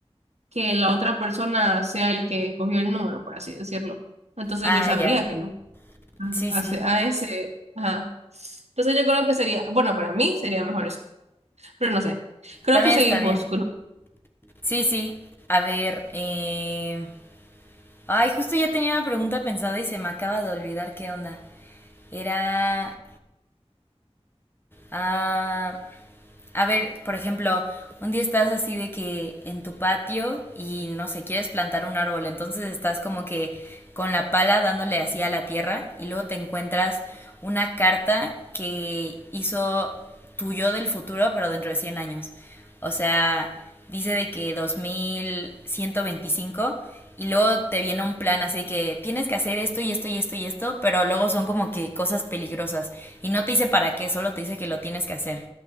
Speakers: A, on the right (about 80°); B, on the left (about 20°).
A: que la otra persona sea el que cogió el número, por así decirlo. Entonces
B: Ah,
A: yo sabría
B: ya.
A: que no. Ah,
B: Sí,
A: A,
B: sí.
A: ese, a ese, ajá. Entonces yo creo que sería, bueno, para mí sería mejor eso, pero no sé. Creo
B: También
A: que seguimos
B: está bien.
A: con...
B: Sí, sí. A ver, eh... Ay, justo ya tenía una pregunta pensada y se me acaba de olvidar qué onda. Era... ah, a ver, por ejemplo, un día estás así de que en tu patio y no sé, quieres plantar un árbol, entonces estás como que con la pala dándole así a la tierra y luego te encuentras una carta que hizo tu yo del futuro, pero dentro de 100 años. O sea, dice de que 2125 y luego te viene un plan así que tienes que hacer esto y esto y esto y esto, pero luego son como que cosas peligrosas y no te dice para qué, solo te dice que lo tienes que hacer.